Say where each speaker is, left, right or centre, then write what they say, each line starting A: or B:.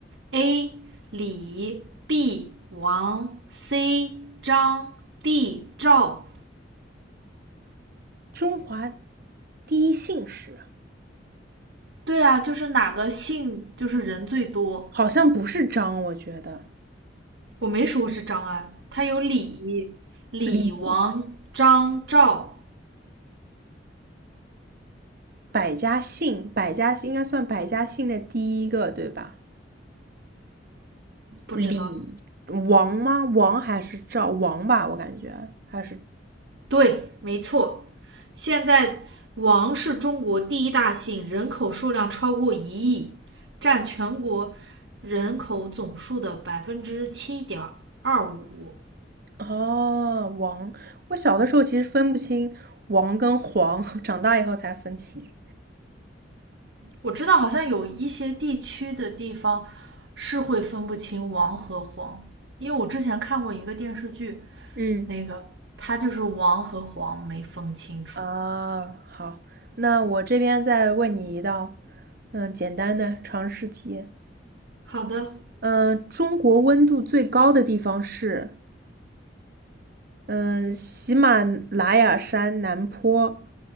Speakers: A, on the right; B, on the right.
A: ？A. 李 B. 王 C. 张 D. 赵。
B: 中华第一姓氏，
A: 对啊，就是哪个姓就是人最多。
B: 好像不是张，我觉得
A: 我没说是张安，他有李、李、
B: 李
A: 王、张、赵，
B: 百家姓，百家姓应该算百家姓的第一个，对吧？
A: 不知道。
B: 李王吗？王还是赵王吧？我感觉还是
A: 对，没错。现在王是中国第一大姓，人口数量超过一亿，占全国人口总数的百分之七点二五。
B: 哦王。我小的时候其实分不清王跟黄，<laughs> 长大以后才分清。
A: 我知道好像有一些地区的地方是会分不清王和黄，因为我之前看过一个电视剧，
B: 嗯
A: 那个它就是王和黄没分清楚。
B: 啊，好，那我这边再问你一道，嗯，简单的常识题。
A: 好的，
B: 嗯，中国温度最高的地方是？嗯，喜马拉雅山南坡、